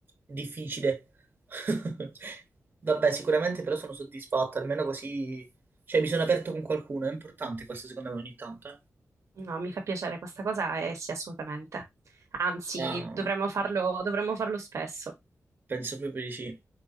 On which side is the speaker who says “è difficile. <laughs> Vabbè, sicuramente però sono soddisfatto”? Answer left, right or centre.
Right